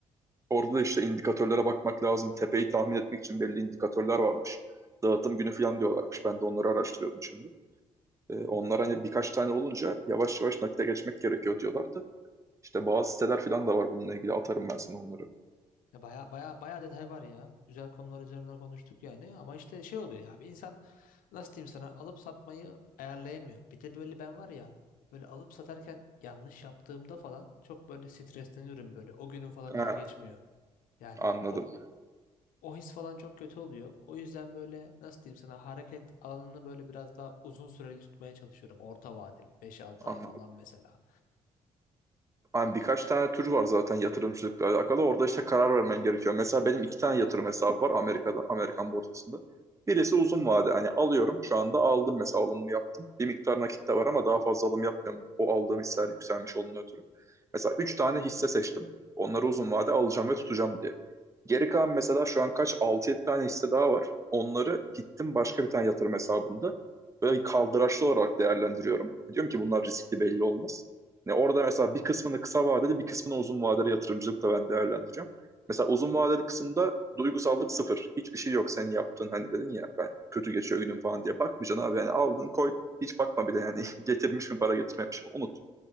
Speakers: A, on the right; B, on the left.
A: Orada da işte indikatörlere bakmak lazım. Tepeyi tahmin etmek için belli indikatörler varmış. Dağıtım günü falan diyorlarmış. Ben de onları araştırıyordum şimdi. Ee, onlar hani birkaç tane olunca yavaş yavaş nakite geçmek gerekiyor diyorlardı. İşte bazı siteler falan da var bununla ilgili. Atarım ben sana onları.
B: Ya baya baya baya detay var ya. Güzel konular üzerine konuştuk yani. Ama işte şey oluyor ya. Bir insan nasıl diyeyim sana alıp satmayı ayarlayamıyor. Bir de böyle ben var ya. Böyle alıp satarken yanlış yaptığımda falan çok böyle stresleniyorum böyle. O günüm falan
A: Ha,
B: iyi geçmiyor. Yani
A: anladım.
B: o O his falan çok kötü oluyor. O yüzden böyle nasıl diyeyim sana hareket alanını böyle biraz daha uzun süreli tutmaya çalışıyorum. Orta vadeli beş 6
A: Anladım.
B: ay falan mesela.
A: Hani birkaç tane tür var zaten yatırımcılıkla alakalı. Orada işte karar vermen gerekiyor. Mesela benim iki tane yatırım hesabı var Amerika'da, Amerikan borsasında. Birisi uzun vade. Hani alıyorum. Şu anda aldım mesela alımımı yaptım. Bir miktar nakit de var ama daha fazla alım yapmıyorum. O aldığım hisseler yükselmiş olduğunu ötürü. Mesela üç tane hisse seçtim. Onları uzun vade alacağım ve tutacağım diye. Geri kalan mesela şu an kaç altı yedi tane hisse daha var. Onları gittim başka bir tane yatırım hesabında böyle kaldıraçlı olarak değerlendiriyorum. Diyorum ki bunlar riskli belli olmaz. Ne orada mesela bir kısmını kısa vadeli bir kısmını uzun vadeli yatırımcılıkla ben değerlendireceğim. Mesela uzun vadeli kısımda duygusallık sıfır. Hiçbir şey yok senin yaptığın hani dedin ya ben kötü geçiyor günüm falan diye bakmayacaksın abi. Yani aldın koy hiç bakma bile yani <laughs> getirmiş mi para getirmemiş mi unut.